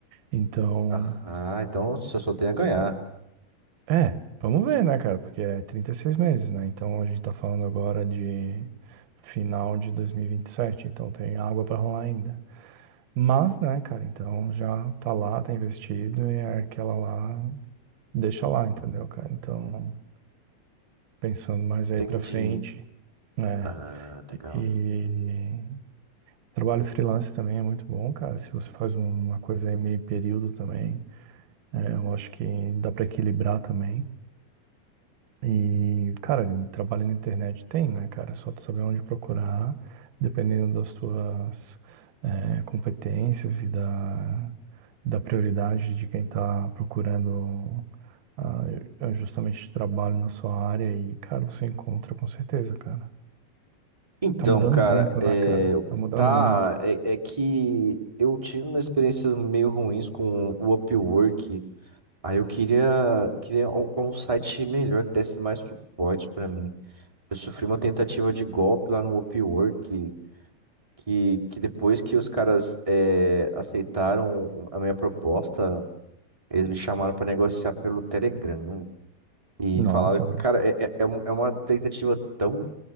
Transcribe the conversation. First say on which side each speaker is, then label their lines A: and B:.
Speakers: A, on the right; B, on the right.
A: Então,
B: Ah, ah, então você só tem a ganhar.
A: É, vamos ver, né, cara? Porque é 36 meses, né? Então a gente tá falando agora de final de dois mil e e vinte e sete. então tem água pra rolar ainda. Mas, né, cara, então já tá lá, tá investido e é aquela lá, deixa lá, entendeu, cara? Então, pensando mais aí
B: Entendi.
A: pra frente, né?
B: Ah, legal.
A: E trabalho freelance também é muito bom, cara. Se você faz uma coisa aí meio período também, é, eu acho que dá pra equilibrar também. E, cara, em trabalho na internet tem, né, cara? É só tu saber onde procurar, dependendo das tuas eh, competências e da, da prioridade de quem tá procurando ah, é justamente trabalho na sua área. E, cara, você encontra com certeza, cara.
B: Então,
A: Tá mudando
B: cara,
A: muito,
B: é,
A: né, cara? Tá mudando
B: tá,
A: muito.
B: é, é que eu tive umas experiências meio ruins com o Upwork. Aí eu queria, queria um, um site melhor que desse mais suporte pra mim. Eu sofri uma tentativa de golpe lá no Upwork, que, que, que depois que os caras é, aceitaram a minha proposta, eles me chamaram para negociar pelo Telegram. né? E
A: Nossa,
B: falaram que,
A: velho.
B: cara, é, é, é um- é uma tentativa tão